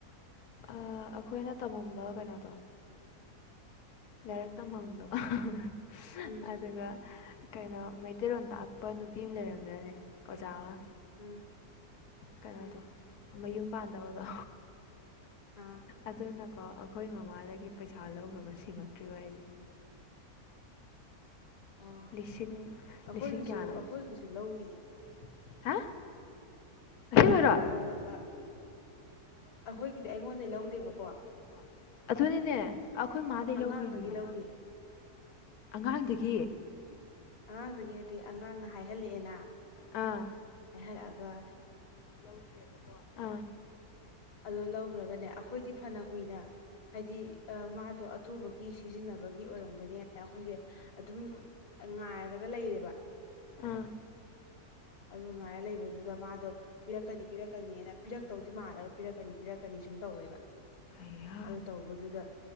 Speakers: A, on the left; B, on the left.
A: ꯑꯥ ꯑꯩꯈꯣꯏꯅ ꯇꯝꯃꯝꯕ ꯀꯩꯅꯣꯗꯣ
B: ꯎꯝ
A: ꯂꯥꯏꯔꯤꯛ ꯇꯝꯐꯝꯗꯣ <unintelligible>
B: ꯎꯝ
A: ꯑꯗꯨꯒ ꯀꯩꯅꯣ ꯃꯩꯇꯩꯔꯣꯟ ꯇꯥꯛꯄ ꯅꯨꯄꯤ ꯑꯃ ꯂꯩꯔꯝꯗꯥꯏꯅꯦ ꯑꯣꯖꯥꯃ
B: ꯎꯝ
A: ꯀꯅꯣꯗꯣ
B: ꯎꯝ
A: ꯃꯌꯨꯝ ꯄꯥꯟꯗꯕꯗꯣ
B: ꯑꯥ
A: ꯑꯗꯨꯅꯀꯣ ꯑꯩꯈꯣꯏ ꯃꯃꯥꯗꯒꯤ ꯄꯩꯁꯥ ꯂꯧꯈ꯭ꯔꯕ ꯁꯤꯡꯉꯛꯇ꯭ꯔꯤꯕ ꯍꯥꯏꯁꯦ
B: ꯑꯣ
A: ꯂꯤꯁꯤꯡ
B: ꯑꯩꯈꯣꯏꯒꯤꯁꯨ
A: ꯂꯤꯁꯤꯡ ꯀꯌꯥꯅꯣ
B: ꯑꯩꯈꯣꯏꯒꯤꯁꯨ ꯂꯧꯏ
A: <inaudible> ꯍꯥ
B: ꯑꯩꯈꯣꯏꯁꯨ
A: ꯑꯁꯦꯡꯕꯩꯔꯣ
B: ꯂꯧꯔꯒ ꯑꯩꯈꯣꯏꯒꯤꯗꯤ ꯑꯩꯉꯣꯟꯗꯩ ꯂꯧꯗꯦꯕꯀꯣ
A: <inaudible> ꯑꯗꯨꯅꯤꯅꯦ ꯑꯩꯈꯣꯏ ꯃꯥꯗꯩ
B: ꯑꯉꯥꯡꯗꯒꯤ
A: ꯂꯧꯒ꯭ꯔꯤꯅꯤꯅꯦ
B: ꯂꯧꯈꯤ
A: ꯑꯉꯥꯡꯗꯒꯤ
B: ꯑꯉꯥꯡꯗꯒꯤ ꯅꯠꯇꯦ ꯑꯉꯥꯡꯅ ꯍꯥꯏꯍꯜꯂꯛꯑꯦꯅ
A: ꯑꯥ
B: ꯍꯥꯏꯍꯜꯂꯛꯑꯒ
A: ꯂꯧꯒ꯭ꯔꯦꯕꯀꯣ ꯑꯥ
B: ꯑꯗꯨꯗ ꯂꯧꯈ꯭ꯔꯒꯅꯦ ꯑꯩꯈꯣꯏꯗꯤ ꯐꯅ ꯀꯨꯏꯅ ꯍꯥꯏꯗꯤ ꯑꯥ ꯃꯥꯗꯣ ꯑꯊꯨꯕ ꯒꯤ ꯁꯤꯖꯤꯟꯅꯕꯒꯤ ꯑꯣꯏꯔꯝꯒꯅꯦꯅ ꯑꯩꯈꯣꯏꯁꯦ ꯑꯗꯨꯝ ꯉꯥꯏꯔꯒ ꯂꯩꯔꯦꯕ
A: ꯑꯥ
B: ꯑꯗꯨ ꯉꯥꯏ ꯂꯩꯕ ꯑꯗꯨꯗ ꯃꯥꯗꯣ ꯄꯤꯔꯛꯀꯅꯤ ꯄꯤꯔꯛꯀꯅꯤꯅ ꯄꯤꯔꯛꯇꯧꯗꯤ ꯃꯥꯜꯂꯒ ꯄꯤꯔꯛꯀꯅꯤ ꯄꯤꯔꯛꯀꯅꯤ ꯁꯨꯝ ꯇꯧꯋꯦꯕ
A: ꯑꯌꯥ
B: ꯑꯗꯨ ꯇꯧꯕꯗꯨꯗ